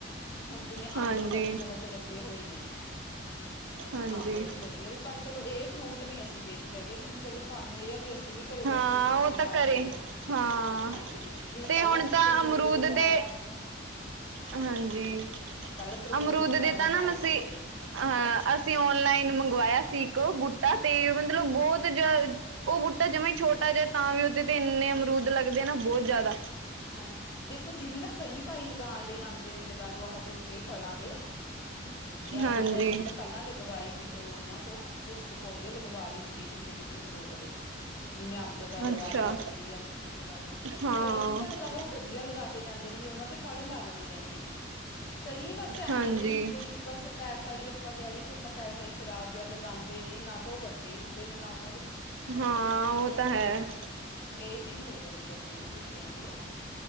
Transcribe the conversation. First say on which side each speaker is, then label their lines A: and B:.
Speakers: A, on the left (about 70°); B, on the right (about 85°).
A: ਹੁਣ ਜਿਵੇਂ,
B: ਹਾਂਜੀ
A: ਅੰਬ ਸਾਡੇ ਬਹੁਤ ਲੱਗੇ ਹੋਏ ਨੇ,
B: ਹਾਂਜੀ
A: ਅੰਬ ਵੀ ਵਧੀਆ, ਵੀ ਪਰ ਚਲੋ ਏਹ ਫਰੂਟ ਨਈ ਅਸੀ ਵੇਚਦੇ ਹਗੇ ਕਿਉਂਕਂ, ਚਲੋ ਸਾਨੂੰ ਏਹ ਆ ਵੀ ਅਸੀ ਵੀ ਘਰੇ ਬੱਚੇ
B: ਹਾਂ
A: ਨੇ ਅਸੀਂ
B: ਓ ਤਾਂ
A: ਖਾ
B: ਘਰੇ,
A: ਲੈਂਦੇ ਹਾਂ
B: ਹਾਂ
A: ਹਾਂਜੀ ਜਿਵੇਂ
B: ਤੇ
A: ਪਹਿਲਾਂ
B: ਹੁਣ
A: ਅਸੀਂ
B: ਤਾਂ
A: ਤਰਬੂਜ
B: ਅਮਰੂਦ
A: ਵਗੈਰਾ
B: ਦੇ ਹਾਂਜੀ,
A: ਪਹਿਲਾਂ ਤਰਬੂਜ
B: ਅਮਰੂਦ
A: ਵਗੈਰਾ
B: ਦੇ ਤਾਂ
A: ਲਗਾਏ
B: ਨਾ ਮਸੀ
A: ਸੀਗੇ
B: ਹਾਂ ਅਸੀਂ, ਔਨਲਾਈਨ ਮੰਗਵਾਇਆ ਸੀ ਇੱਕ ਬੂਟਾ ਤੇ, ਮਤਲਬ ਬਹੁਤ ਤੇ ਉਹ ਬੂਟਾ ਜਵਾ ਛੋਟਾ ਜਿਹਾ, ਤਾਂ ਵੀ ਉਹਦੇ ਤੇ ਇੰਨੇ ਅਮਰੂਦ ਲੱਗਦੇ ਆ ਨਾ, ਬਹੁਤ ਜ਼ਿਆਦਾ
A: ਹਾਂਜੀ, ਦੇਖੋ ਜਿਵੇਂ ਨਾ, ਕਈ ਭਾਈ ਲਗਾਉਣ ਲਈ ਆਉਂਦੇ ਨੇ, ਲਗਾ ਲਓ ਆਹ ਬੂਟੇ ਫਲਾਂ ਦੇ
B: ਹਾਂਜੀ
A: ਅੱਜ, ਅਸੀਂ ਵੀ ਪਹਿਲਾਂ ਲਗਵਾਏ ਸੀ, ਚਲੋ ਉਹਨਾਂ ਤੋਂ ਪੁਸ਼ਕ ਪੌਦੇ ਲਗਵਾ ਗਈ, ਸੀਗੀ ਕਿਸੇ- ਕਿਸੇ ਫਰੂਟ ਦੇ ਜਿਵੇਂ, ਅੰਬ ਦਾ ਲਵਾ
B: ਅੱਛਾ
A: ਲਿਆ ਸੀ, ਜਾਂ ਲਗਾ ਲਓ
B: ਹਾਂ
A: ਕਈ ਚਲ, ਉਹ ਵਧੀਆ ਲਗਾ ਕੇ ਜਾਂਦੇ ਨੇ, ਵੀ ਉਹਨਾਂ ਤੇ ਫਲ ਲੱਗਦੇ ਰਹਿੰਦੇ ਨੇ, ਕਈ ਬਸ ਐਵੇਂ
B: ਹਾਂਜੀ
A: ਦੇ ਹੀ ਹੁੰਦੇ ਨੇ, ਕਿ ਬਸ। ਪੈਸਾ ਹੀ ਆਪਾਂ ਕਹਿ ਦੇਈਏ ਕਿ ਆਪਣਾ ਪੈਸਾ ਹੀ ਖ਼ਰਾਬ ਗਿਆ, ਲਗਾਉਂਦੇ ਨੇ ਨਾ ਤਾਂ ਉਹ ਵੱਡੇ ਹੀ ਹੁੰਦੇ ਨੇ ਨਾ ਉਹਨਾਂ ਦੇ।
B: ਹਾਂ, ਉਹ ਤਾਂ ਹੈ।
A: ਇਹ ਚੀਜ਼ ਹੋ ਜਾਂਦੀ ਆ ਕਈ ਬੂਟਿਆਂ ਤੇ।